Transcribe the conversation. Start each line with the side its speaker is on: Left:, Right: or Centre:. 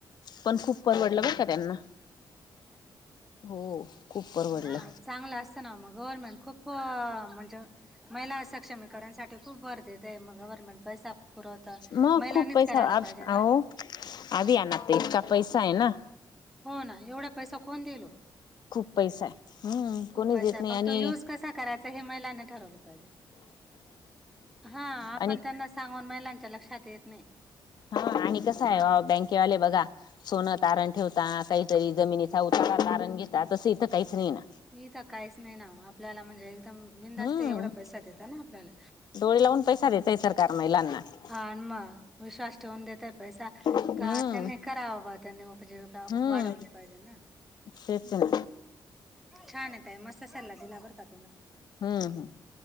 Left: पण खूप परवडलं बर का त्यांना हो. खूप परवडलं.
Centre: हम्. चांगलं असतना मग गव्हर्नमेंट खूप म्हणजे महिला सक्षमीकरांसाठी खूप बर तेेथे मग गव्हर्नमेंट पैसा पुरवत
Left: मग
Centre: महिलांनीच
Left: खूप पैसा
Centre: करायला पाहिजे
Left: अहो
Centre: ना?
Left: आधी आहे ना ते इतका पैसा आहे ना.
Centre: हो ना एवढा पैसा कोण देईल ओ.
Left: खूप पैसा आहे. हम्म
Centre: खुप
Left: कोणीच
Centre: पैसा
Left: देत
Centre: आहे,
Left: नाही
Centre: फक्त
Left: आणि
Centre: तो युज कसा करायचा हे महिलांनी ठरवलं पाहिजे. हा आपण
Left: आणि
Centre: त्यांना सांगून महिलांच्या लक्षात येत नाही.
Left: हा आणि कसं हाय
Centre: हा
Left: आ बँकेवाले बघा. सोनं तारण ठेवता, काहीतरी जमिनीचा उतारा तारण घेता, तसं इथं काहीच नाही ना.
Centre: इथ काहीच नाही ना आपल्याला म्हणजे एकदम बिनधास्त
Left: हम्म.
Centre: एवढा पैसा देत ना आपल्याला,
Left: डोळे लावून पैसा देतय
Centre: मग.
Left: सरकार महिलांना <unintelligible>
Centre: ह न मग विश्वास ठेवून देतय पैसा
Left: हम्म.
Centre: का त्यांनी करावं बा त्यांनी उपजीविका
Left: हम्म
Centre: वाढवली पाहिजे ना.
Left: तेच ना.
Centre: छान आहे ताई मस्त सल्ला दिला बरं का तुम्ही.
Left: हम्.